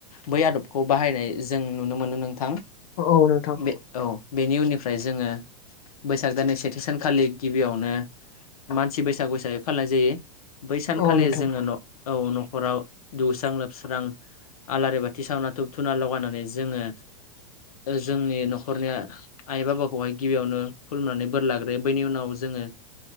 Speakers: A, on the left; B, on the left.
A: बै आदबखौ बाहायनाय जों नुनो मोनो नोंथां।
B: औ नोंथां
A: बे औ बेनि उननि फ्राय जोङो बैसाग दाननि सेथि सानखालि गिबियावनो मानसि बैसागु सागसो फालिय जायो बै सानखालि
B: औ नोंथां
A: जोङो न' औ न'खराव दौस्रां लोबस्रां। आलारि बाथि सावना धुब-धुना लगायनानै जोङो ओ जोंनि न'खरनिया। आइ बाबाखौहाय गिबियावनो खुलुमनानै बोर लाग्रोयो बैनि उनाव जोङो